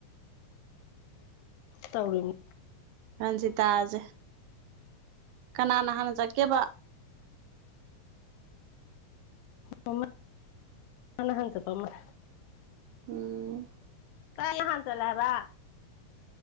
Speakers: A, on the left; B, on the right.
A: ꯇꯧꯔꯤꯅꯤ
B: ꯔꯟꯖꯤꯇꯥꯖꯦ ꯀꯅꯥꯅ ꯍꯥꯟꯅ ꯆꯠꯀꯦꯕ
A: <unintelligible> ꯃꯥꯅ ꯍꯥꯟ ꯆꯠꯄ ꯃꯜ
B: ꯎꯝ
A: <unintelligible> ꯍꯥꯟꯅ ꯆꯠꯂꯦ ꯍꯥꯏꯕ